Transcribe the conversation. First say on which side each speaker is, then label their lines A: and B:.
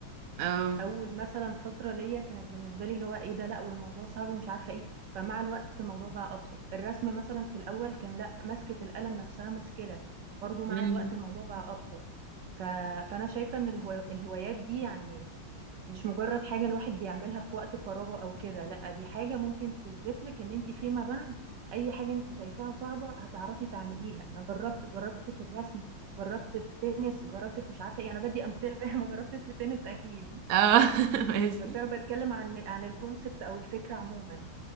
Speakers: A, on the right; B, on the right.
A: اه
B: اول مثلا فتره ليا كانت بالنسبه لي اللي هو ايه ده لا والموضوع صعب ومش عارفه ايه فمع الوقت الموضوع بقى ابسط الرسم مثلا في الاول كان لا مسكه القلم نفسها مشكله برضو مع
A: مم.
B: الوقت الموضوع بقى ابسط ف... فانا شايفه ان الهو... الهوايات دي يعني مش مجرد حاجه الواحد بيعملها في وقت فراغه او كده لا دي حاجه ممكن تثبت لك ان انت فيما بعد اي حاجه انت شايفاها صعبه هتعرفي تعمليها انا جربت جربت في الرسم جربت في تنس جربت في مش عارفه ايه انا بدي امثله <laughs> ما جربتش في تنس اكيد
A: اه <laughs> ماشي
B: بس انا بتكلم عن عن الكونسبت او الفكره عموما